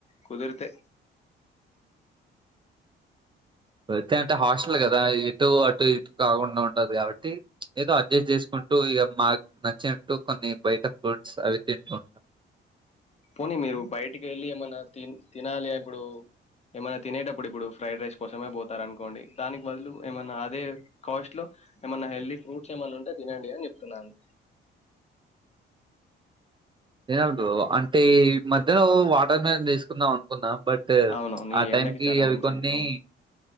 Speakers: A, on the left; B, on the right.
A: కుదిరితే
B: అయితే అంటే హాస్టల్ కదా ఇటు అటు ఇటు కాకుండా ఉంట ఉండదు కాబట్టి ఏదో అడ్జస్ట్ చేసుకుంటూ ఇక మాకు నచ్చిన రూ కొన్ని బయట ఫ్రూట్స్ అవి తింటూ ఉంటాం
A: పోనీ మీరు బయటికి వెళ్ళి ఏమన్నా త తినాలి ఇప్పుడు ఏమైన్నా తినేటప్పుడు ఇప్పుడు ఫ్రైడ్ రైస్ కోసమే పోతారు అనుకోండి దానికి బదులు ఏమన్నా అదే కాస్ట్ లో ఏమన్నా హెల్దీ ఫ్రూట్స్ ఏమన్నా ఉంటే తినండి అని చెప్తున్నాను
B: ఏమి వద్దు అంటే ఈ మధ్యలో వాటర్ క్యాన్ తీసుకుందాం అనుకునం బట్
A: అవునవును
B: ఆ
A: ఈ
B: టైం
A: ఎండకి
B: కి
A: చాలా
B: అవి
A: మంచిది
B: కొన్ని
A: అవును